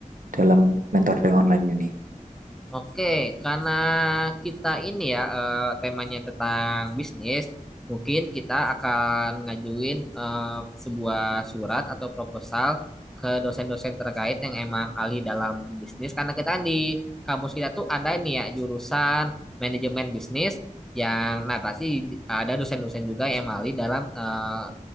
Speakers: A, on the right (about 80°); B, in the centre.
A: dalam mentoring online ini?
B: Oke, karena kita ini ya eh, temanya tentang bisnis, mungkin kita akan ngajuin eh, sebuah surat atau proposal ke dosen-dosen terkait yang emang ahli dalam bisnis. Karena kita kan di kampus kita tuh ada nih ya jurusan manajemen bisnis yang nah pasti ada dosen-dosen juga yang emang ahli dalam eh,